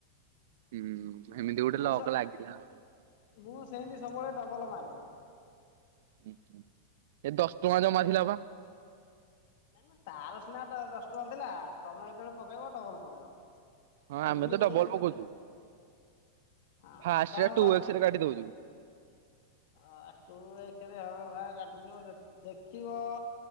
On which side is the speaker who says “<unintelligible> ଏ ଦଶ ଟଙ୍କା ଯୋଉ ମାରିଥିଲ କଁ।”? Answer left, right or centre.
Right